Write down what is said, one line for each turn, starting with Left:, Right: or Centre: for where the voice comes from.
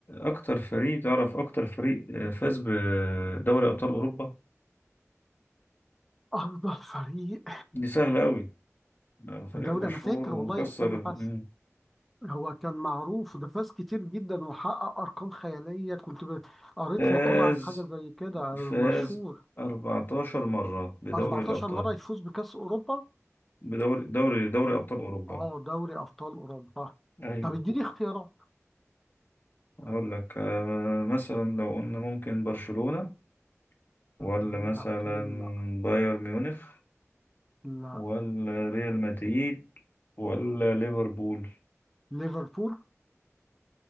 Left: أكتر فريق تعرف أكتر فريق آه، فاز بدوري أبطال أوروبا
Centre: أفضل فريق
Left: دي سهلة أوي ده فريق
Centre: بدوري
Left: مشهور
Centre: أنا فاكر
Left: ومكسر
Centre: والله استنى
Left: الدنيا.
Centre: بس هو كان معروف ده فاز كتير جدا وحقق أرقام خيالية كنت ب- قريت
Left: فاز
Centre: مقالة عن حاجة زي كده
Left: فاز
Centre: مشهور
Left: 14 مرة بدوري
Centre: 14
Left: الأبطال
Centre: مرة يفوز بكأس أوروبا
Left: بدوري دوري دوري أبطال أوروبا
Centre: اه دوري أبطال أوروبا
Left: أيوة
Centre: طب اديني اختيارات
Left: هقول لك آه، مثلا لو قلنا ممكن برشلونة ولا
Centre: مم،
Left: مثلا
Centre: لا بتقولي لا
Left: بايرن ميونخ
Centre: لا
Left: ولا ريال مدريد ولا ليفربول
Centre: ليفربول